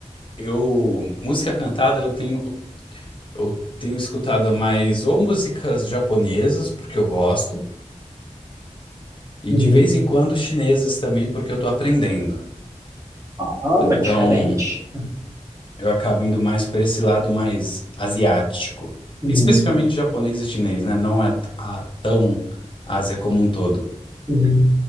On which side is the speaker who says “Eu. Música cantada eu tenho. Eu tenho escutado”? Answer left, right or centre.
Left